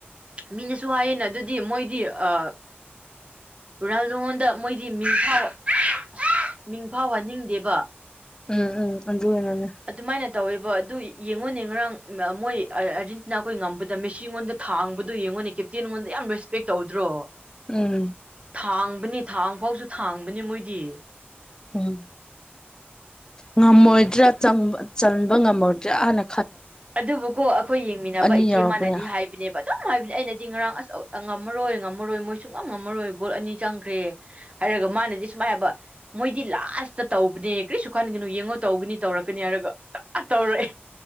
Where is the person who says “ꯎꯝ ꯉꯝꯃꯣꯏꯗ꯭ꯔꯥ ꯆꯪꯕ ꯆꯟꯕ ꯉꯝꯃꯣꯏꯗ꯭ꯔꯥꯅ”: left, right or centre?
Left